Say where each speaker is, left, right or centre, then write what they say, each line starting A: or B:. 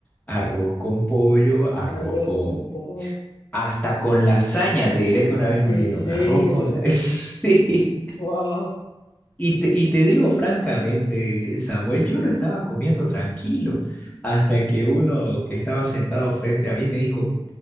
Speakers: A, on the left; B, on the left.
A: arroz con pollo, arroz
B: Arroz
A: con...
B: con pollo.
A: Hasta con lasaña, te diré que una vez nos
B: En
A: dieron
B: serio.
A: arroz con la... <laughs> Sí.
B: Wow.
A: Y te, y te digo francamente, Samuel, yo lo estaba comiendo tranquilo hasta que uno que estaba sentado frente a mí me dijo,